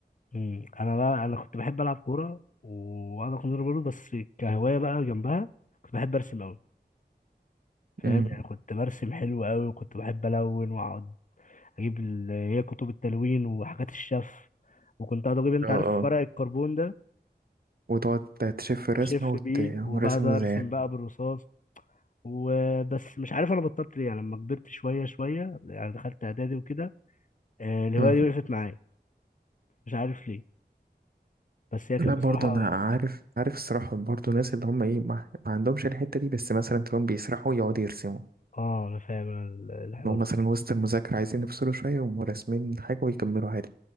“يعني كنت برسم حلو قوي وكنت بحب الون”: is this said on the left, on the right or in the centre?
Left